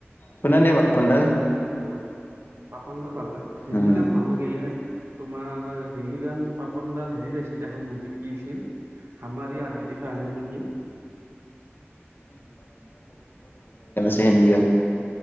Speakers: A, on the left; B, on the right.
A: শুনা নে বাপন
B: অ
A: দাৰ
B: হিন্দী গান ভাল লাগে পাপনডাৰ ভাল লাগে হিন্দী
A: উম
B: গান ভাল লাগে তোমাৰ হিন্দী গান পাপনদাৰ হেৰিত আছিল এখন মুভি আছিল হামাৰ ই আধুৰি কাহিনী নেকি
A: ডে ইণ্ডিয়া